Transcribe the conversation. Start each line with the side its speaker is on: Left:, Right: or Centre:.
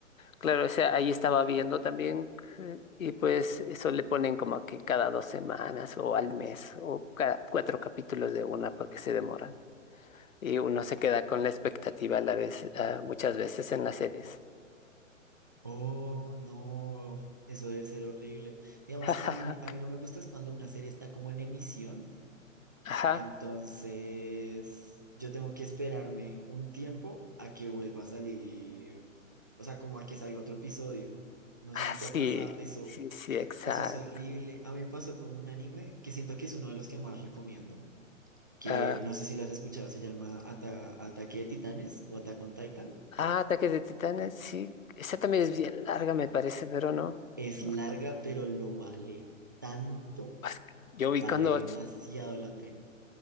Left: claro, o sea ahí estaba viendo también. eh, Y pues eso le ponen como que cada dos semanas o al mes o cada cuatro capítulos de una porque se demoran Y uno se queda con la expectativa a la vez, ah, muchas veces en las series.
Right: Oh, no, eso debe ser horrible. Digamos,
Left: <laughs>
Right: a mí, a mí no me gusta es cuando una serie está como en emisión,
Left: Ajá,
Right: entonces yo tengo que esperarme un tiempo a que vuelva a salir, o sea, como a que salga otro episodio. No
Left: Ah,
Right: sé si te
Left: sí,
Right: ha pasado eso,
Left: sí, sí, exacto.
Right: eso es horrible. A mí me pasó con un anime que siento que es uno de los que más recomiendo. que
Left: ah,
Right: no sé si lo has escuchado, se llama Ata- Ataque de Titanes o Attack on Titan.
Left: ah, Ataque de Titanes, sí. Esa también es bien larga, me parece, pero no.
Right: Es
Left: no,
Right: larga, pero lo vale tanto,
Left: pues, yo vi
Right: vale
Left: cuando
Right: demasiado la pena.